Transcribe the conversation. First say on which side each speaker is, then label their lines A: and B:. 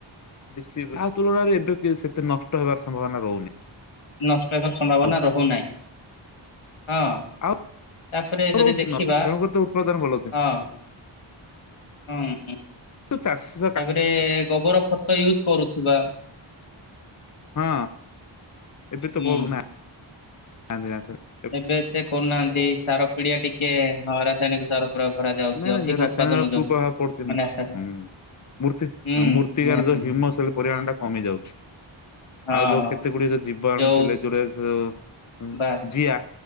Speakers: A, on the left; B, on the left.
A: କିଛି ବି ତା ତୁଳନାରେ ଏବେ ବି ସେତେ ନଷ୍ଟ ହେବାର ସମ୍ଭାବନା ରହୁନି।
B: ନଷ୍ଟ ହେବାର ସମ୍ଭାବନା
A: ରହୁଛି
B: ରହୁନାହିଁ, ହଁ।
A: ଆଉ
B: ତାପରେ ଯଦି
A: ରହୁଛି
B: ଦେଖିବା,
A: ନ ତେଣୁକରି ତ ଉତ୍ପାଦନ ଭଲ ହଉଛି।
B: ହଁ। ହଁ ହୁଁ।
A: ତୁ ଚାଷି
B: ତାପରେ ଗୋବର ଖତ ୟୁଜ କରୁଥିବା
A: ହଁ ଏବେ
B: ହୁଁ
A: ତ କରୁନା <unintelligible>
B: ଏବେ ଏତେ କରୁନାହାନ୍ତି, ସାର ପିଡିଆ ଟିକେ ହଁ ରାସାୟନିକ ସାର। ପ୍ରୟୋଗ କରାଯାଉଛି
A: ନାଇଁ ନାଇଁ
B: ଅଧିକ
A: ରାସାୟନିକ
B: ଉତ୍ପାଦନ ଯୋଗୁ
A: କୁ ପ୍ରଭାବ ପଡୁଛି,
B: ମାନେ ଆଶା-
A: ହୁଁ। ମୂର୍ତ୍ତି,
B: ହୁଁ
A: ମୂର୍ତ୍ତିକାର
B: ନିହାତି
A: ଯେଉଁ
B: ନିହାତି।
A: ହିମସ ପରିମାଣ ଟା କମି ଯାଉଛି,
B: ହଁ
A: ଆଉ ଯୋଉ କେତେ ଗୁଡିଏ ଯୋଉ ଜୀବାଣୁ
B: ଯୋଉ
A: ଥିଲେ, ଯୋଉଟା ସୋ ହୁଁ
B: ବା
A: ଜିଆ,